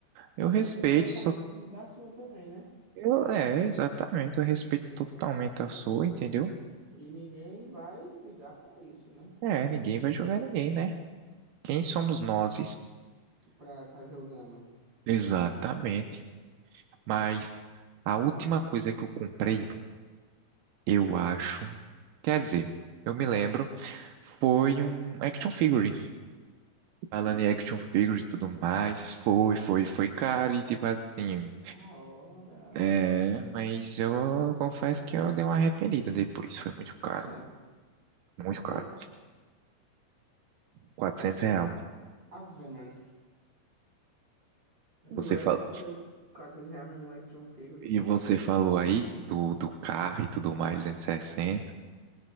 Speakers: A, on the right; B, on the right.
A: Eu
B: E aí
A: respeito
B: você pode achar
A: sua.
B: isso e da sua também, né?
A: Eu, é, exatamente. Eu respeito totalmente a sua, entendeu?
B: E ninguém vai ligar pra isso, né?
A: É, ninguém vai julgar ninguém, né? Quem somos nós?
B: Pra tá jogando.
A: Exatamente. Mas a última coisa que eu comprei, eu acho. Quer dizer, eu me lembro, foi um action figure. Falando
B: <gasps>
A: em action figure e tudo mais, foi, foi, foi caro e tipo assim.
B: Que da hora.
A: É, mas eu confesso que eu dei uma arrependida depois. Foi muito caro,
B: Oxê, quanto
A: muito caro.
B: foi?
A: quatrocentos
B: Quanto foi?
A: real.
B: Ave, mano. Conversa
A: Você falou.
B: que tu deu 400 reais num action figure.
A: E você falou aí do, do carro e tudo mais, duzentos e sessenta